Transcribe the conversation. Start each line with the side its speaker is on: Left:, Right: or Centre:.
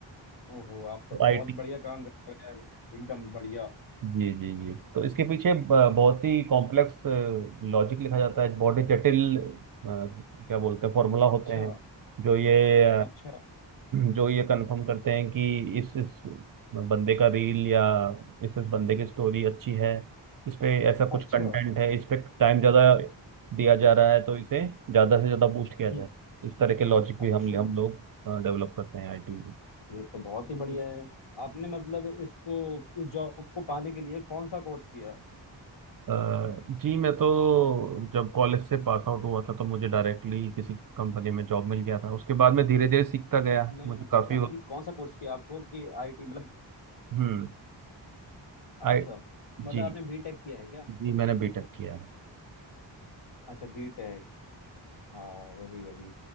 Left: ओहो आप तो
Right: हैं तो
Left: बहुत
Right: आईटी
Left: बढ़िया काम कर रहे हो यार एकदम बढ़िया
Right: जी जी जी तो इसके पीछे ब- बहुत ही कॉम्प्लेक्स लॉजिक लिखा जाता है बहुत ही जटिल अ, क्या बोलते हैं फॉर्मूला
Left: अच्छा
Right: होते हैं जो ये
Left: अच्छा
Right: जो ये कंफर्म करते हैं कि इस इस बंदे का रील या इस इस बंदे की स्टोरी अच्छी है इस पे ऐसा कुछ
Left: अच्छा
Right: कंटेंट है इस पे टाइम ज़्यादा दिया जा रहा है तो इसे ज़्यादा से ज़्यादा बूस्ट
Left: हम्म,
Right: किया जाए इस तरह के लॉजिक भी
Left: अच्छा
Right: हम हम लोग डेवलप करते हैं आईटी में
Left: ये तो बहुत ही बढ़िया है आपने मतलब इसको इस जॉब को पाने के लिए कौन सा कोर्स किया
Right: अ, जी मैं तो जब कॉलेज से पास आउट हुआ था तो मुझे डायरेक्टली किसी कंपनी में जॉब मिल गया था उसके बाद मैं धीरे धीरे सीखता गया
Left: मैं
Right: मुझे
Left: मैंने पूछ
Right: काफ़ी
Left: रहा हूँ कि कौन सा कोर्स किया आपको कि आईटी मतलब
Right: हम्म
Left: अच्छा
Right: आई
Left: मतलब
Right: जी
Left: आपने बीटेक किया है क्या
Right: जी मैंने बीटेक किया है
Left: अच्छा बीटेक हाँ वही वही